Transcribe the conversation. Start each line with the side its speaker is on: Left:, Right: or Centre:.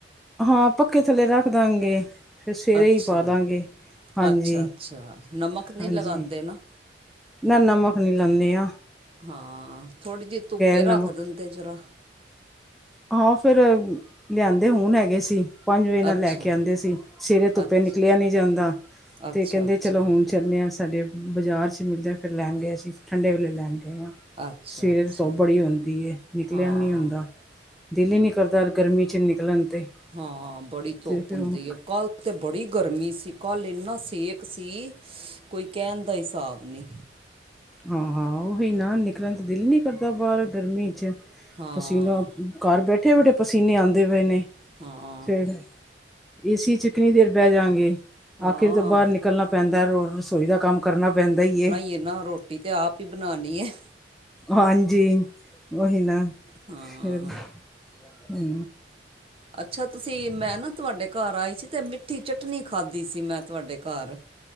Centre: ਹਾਂ। ਪੱਖੇ ਥੱਲੇ, ਰੱਖ ਦਾਂਗੇ। ਫੇਰ, ਸਵੇਰੇ
Right: ਅੱਛਾ
Centre: ਹੀ ਪਾ ਦਾਂਗੇ। ਹਾਂਜੀ,
Right: ਅੱਛਾ ਅੱਛਾ ਨਮਕ ਨਹੀਂ
Centre: ਹਾਂਜੀ।
Right: ਲਗਾਉਂਦੇ ਨਾ
Centre: ਨਾ, ਨਮਕ ਨੀ, ਲਾਉਂਦੇ ਆਂ।
Right: ਹਾਂ। ਥੋੜੀ ਜਿਹੀ, ਧੁੱਪੇ
Centre: ਨਮਕ
Right: ਰੱਖ, ਦਿੰਦੇ ਜਰਾ।
Centre: ਹਾਂ ਫੇਰ, ਲਿਆਂਦੇ ਹੁਣ, ਹੈਗੇ ਸੀ। ਪੰਜ ਵਜੇ ਨਾਲ,
Right: ਅੱਛਾ
Centre: ਲੈ ਕੇ ਆਉਂਦੇ ਸੀ। ਸਵੇਰੇ ਧੁੱਪੇ
Right: ਅੱਛਾ
Centre: ਨਿਕਲਿਆ ਨੀ ਜਾਂਦਾ।
Right: ਅੱਛਾ
Centre: ਤੇ ਕਹਿੰਦੇ
Right: ਅੱਛਾ
Centre: ਚਲੋ ਹੁਂਣ। ਚੱਲਣੇ ਹਾਂ। ਸਾਡੇ ਬਾਜ਼ਾਰ ਚ ਮਿਲਦੇ ਹਾਂ। ਫੇਰ ਲੈਣ ਗਏ ਅਸੀਂ। ਠੰਡੇ ਵੇਲੇ ਲੈਣ ਗਏ ਹਾਂ।
Right: ਅੱਛਾ
Centre: ਸਵੇਰੇ
Right: ਅੱਛਾ
Centre: ਤੇ, ਧੁੱਪ ਬੜੀ ਹੁੰਦੀ ਹੈ। ਨਿਕਲਿਆ
Right: ਹਾਂ
Centre: ਨਹੀਂ ਹੂੰਦਾ। ਦਿਲ ਹੀ, ਨਹੀਂ ਕਰਦਾ ਗਰਮੀ ਚੱ ਨਿਕਲਣ ਤੇ।
Right: ਹਾਂ। ਬੜੀ ਧੁੱਪ
Centre: ਅਤੇ ਫਿਰ
Right: ਹੁੰਦੀ
Centre: ਹੁਣ
Right: ਹੈ। ਕੱਲ ਤੇ ਬੜੀ ਗਰਮੀ ਸੀ। ਕੱਲ ਇੰਨਾ ਸੇਕ ਸੀ। ਕੋਈ ਕਹਿਣ ਦਾ, ਹਿਸਾਬ ਨਹੀਂ।
Centre: ਆਹ ਹਾਂ, ਉਹੀ ਨਾ, ਨਿਕਲਣ ਦਾ ਦਿਲ ਨਹੀਂ ਕਰਦਾ, ਬਾਹਰ ਗਰਮੀ ਚੱ।
Right: ਹਾਂ
Centre: ਪਸੀਨਾ ਘਰ ਬੈਠੇ- ਬੈਠੇ, ਪਸੀਨੇ, ਆਉਂਦੇ ਪਏ ਨੇ,
Right: ਹਾਂ
Centre: ਫੇਰ। ਏਸੀ, ਚ ਕਿੰਨੀ ਦੇਰ, ਬਹਿ ਜਾਂਗੇ।
Right: ਹਾਂ
Centre: ਆਖਿਰ ਤਾਂ, ਬਾਹਰ ਨਿਕਲਣਾ ਪੈਂਦਾ। ਰਸੋਈ ਦਾ ਕੰਮ, ਕਰਨਾ ਪੈਂਦਾ ਹੀ ਹੈ।
Right: ਇਹ ਨਾ ਰੋ- ਟੀ ਤੇ, ਆਪ ਹੀ, ਬਣਾਉਣੀ ਹੈ।
Centre: ਹਾਂਜੀ। ਉਹੀ ਨਾ,
Right: ਹਾਂ
Centre: ਫੇਰ ਹਂ।
Right: ਅੱਛਾ, ਤੁਸੀਂ, ਮੈਂ ਨਾ ਤੁਹਾਡੇ ਘਰ ਆਈ ਸੀ। ਤੇ ਮਿੱਠੀ ਚਟੱਨੀਂ, ਖਾਧੀ ਸੀ। ਮੈਂ ਤੁਹਾਡੇ ਘਰ।